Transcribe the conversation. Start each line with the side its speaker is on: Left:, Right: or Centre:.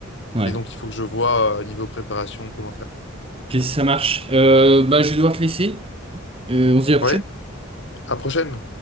Right: Ouais.
Left: Mais donc, il faut que je vois euh, niveau préparation comment faire.
Right: Ok, ça marche. Euh, bah, je vais devoir te laisser. Euh, on se dit à la prochaine.
Left: Ouais, à prochaine.